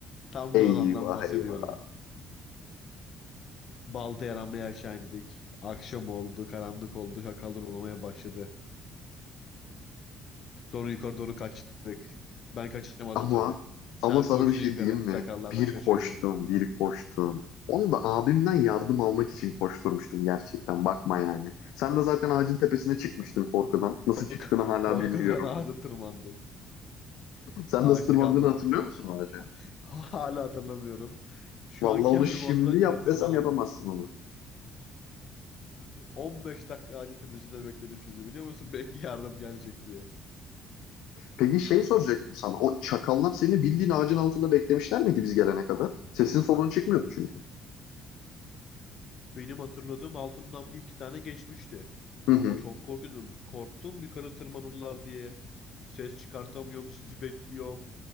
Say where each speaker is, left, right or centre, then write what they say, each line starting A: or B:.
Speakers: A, on the left; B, on the left.
A: tam
B: Eyvah
A: da o andan bahsediyorum.
B: eyvah.
A: Baltayı aramaya aşağı indik. Akşam oldu, karanlık oldu, şakalar oynamaya başladı. Sonra yukarı doğru kaçtık. Ben kaçamadım
B: Ama
A: tabii. Sen
B: ama sana
A: koştun
B: bir şey
A: yukarı,
B: diyeyim mi?
A: şakallardan
B: Bir
A: kaçıyordun.
B: koştum, bir koştum. Onu da abimden yardım almak için koşturmuştum gerçekten. Bakma yani. Sen de zaten ağacın tepesine çıkmıştın korkudan. Nasıl
A: Ko-
B: çıktığını
A: <laughs> k-
B: hala
A: korkudan
B: bilmiyorum.
A: ağaca tırmandım.
B: Sen
A: Ağaçlık
B: nasıl tırmandığını
A: aldım.
B: hatırlıyor musun o ağaca?
A: <laughs> Hala hatırlamıyorum. Şu
B: Vallahi
A: anki
B: onu
A: halim
B: şimdi
A: olsa yine
B: yap
A: tırmanamam.
B: desem yapamazsın onu.
A: 15 dakika ağacın tepesinde bekledim sizi biliyor musun? <laughs> Belki yardım gelecek diye.
B: Peki şey soracaktım sana. O çakallar seni bildiğin ağacın altında beklemişler miydi biz gelene kadar? Sesin soluğun çıkmıyordu çünkü.
A: Benim hatırladığım altımdan bir iki tane geçmişti.
B: Hı hı.
A: Ama çok korkuyordum. Korktum yukarı tırmanırlar diye. Ses çıkartamıyorum, sizi bekliyorum.